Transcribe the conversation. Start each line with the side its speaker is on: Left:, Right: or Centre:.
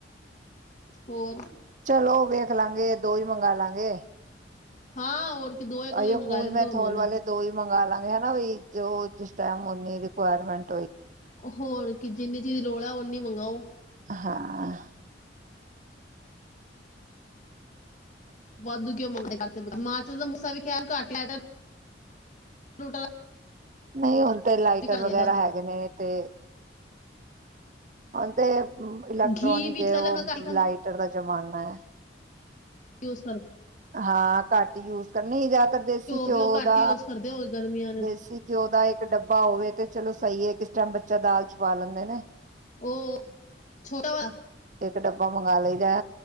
Left: ਹੋਰ?
Right: ਚਲੋ ਵੇਖ ਲਾਂਗੇ ਦੋ ਈ ਮੰਗਾ ਲਾਂਗੇ।
Left: ਹਾਂ ਹੋਰ ਕੀ ਦੋ ਇੱਕ ਦੋ
Right: ਅਯੋ
Left: ਹੀ ਮੰਗਾ
Right: ਕੂਲ
Left: ਲੈਂਦੇ
Right: ਮੇ
Left: ਹੁੰਦੇ
Right: ਥਲ
Left: ਨੇ
Right: ਵਾਲੇ ਦੋ ਈ ਮੰਗਾ ਲਾਂਗੇ ਹੈਨਾ ਬਈ, ਜੋ ਜਿਸ ਟੈਮ ਓਨੀ ਰਿਕਵਾਰਮੈਂਟ
Left: ਹੋਰ ਕਿ ਜਿੰਨੀ ਦੀ ਲੋੜ ਐ, ਔਨੀ ਮੰਗਾਓ।
Right: ਹਾਂ।
Left: ਵਾਧੂ ਕਿਉਂ ਮੰਗਦੇ ਕਰ ਤੇ ਮਾਂਚ ਦਾ ਮੂਸਾ ਵਿਖਆਣ ਘੱਟ ਲਾਯਾ ਕਰ
Right: ਨਹੀਂ ਹੁਣ ਤੇ ਲਾਈਟਰ ਵਗੈਰਾ
Left: ਦਿੰਦਾ
Right: ਹੈਗੇ ਨੇ ਤੇ ਹੌਣ ਤੇ ਇਲੈਕਟ੍ਰੋਨਿਕ
Left: ਘੀ ਵੀ
Right: ਏ
Left: ਚਲੋ
Right: ਔ
Left: ਹੁਣ ਘੱਟ ਹੀ
Right: ਲਾਈਟਰ ਦਾ ਜ਼ਮਾਨਾ ਐ।
Left: ਕਿ ਉਸ
Right: ਹਾਂ, ਘੱਟ ਯੂਜ ਕਰਨ ਨਹੀਂ ਜੈਦਾਤਰ ਦੇਸੀ ਘਿਓ
Left: ਵੀ ਉਹ ਘੱਟ
Right: ਦਾ
Left: ਹੀ ਯੂਜ਼ ਕਰਦੇ ਹੋਗੇ ਗਰਮੀਆਂ ਨੇ
Right: ਦੇਸੀ ਘਿਓ ਦਾ ਇੱਕ ਡੱਬਾ ਹੋਵੇ ਤੇ ਚਲੋ ਸਹੀ ਏ ਕਿਸ ਟੈਮ ਬੱਚਾ ਦਾਲ ਚ ਪਾ ਲੈਂਦੇ ਨੇ।
Left: ਓਹ ਛੋਟਾ ਵਾਲਾ।
Right: ਤੇ ਇੱਕ ਡੱਬਾ ਮੰਗਵਾ ਲਈਦੈ।